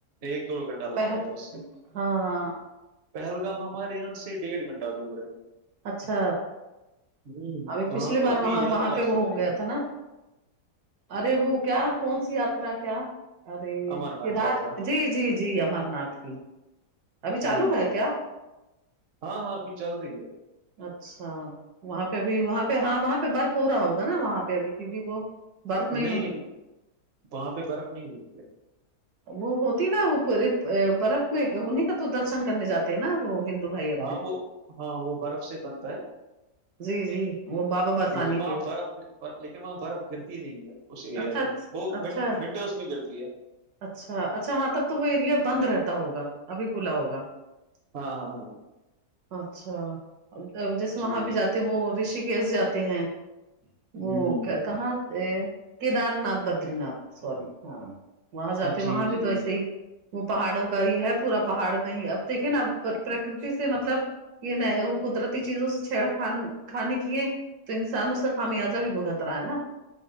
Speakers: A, on the right (about 45°); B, on the right (about 65°).
A: ایک دو گھنٹہ لگتا
B: پہے
A: ہے بس
B: ہاں ہاں
A: پہلگام ہمارے یہاں سے ڈیڑھ گھنٹہ دور ہے
B: اچھا
A: ہوں
B: ابھی
A: وہاں
B: پچھلے
A: پہ
B: بار
A: ابھی
B: وہاں
A: یاترا
B: وہاں پے
A: چل
B: وہ ہو
A: رہی
B: گیا
A: ہے
B: تھا نا ارے وہ کیا کون سی یاترا کیا ارے
A: امر ناتھ
B: کیدار
A: یاترا
B: جی جی جی امرناتھ کی ابھی چالو
A: جی
B: ہے کیا
A: ہاں ہاں ابھی چل رہی ہے
B: اچھا وہاں پے بھی وہاں پے ہاں وہاں پے برف ہو رہا ہوگا نا وہاں پے ابھی کیونکی وہ برف میں
A: نہیں نہیں وہاں پے برف نہیں ہوتی ہے
B: وہ ہوتی نا وہ برف میں انہیں کا تو درشن کرنے جاتے ہے نا وہ ہندو بھائی اپنے
A: ہاں وہ ہاں وہ برف سے بنتا ہے
B: جی جی وہ بابا برفانی
A: لیکن وہاں
B: کے
A: برف لیکن وہاں برف گرتی نہیں ہے اس ایریا
B: اچھا
A: میں وہ
B: اچھا
A: ون ونٹرس میں گرتی ہے
B: اچھا اچھا ہاں تب تو وہ ایریا بند رہتا ہوگا ابھی کھلا ہوگا
A: ہاں ہاں ہاں
B: اچھا جیسے
A: جی
B: وہاں پے جاتے ہیں وہ رشی کیش جاتے ہیں
A: ہوں
B: وہ کیا کہاں سے کیدار ناتھ بدری ناتھ سوری ہاں وہاں جاتے
A: جی
B: وہاں بھی
A: جی
B: تو ایسے ہی وہ پہاڑوں کا ہی ہے پورا پہاڑ میں ہی یے اب دیکھیے نا اب پرکرتی سے مطلب یے نئے وہ قدرتی چیزوں سے چھیڑ خان خانی کیے تو انسان اس کا خمیازہ بھی بھگت رہا ہے نا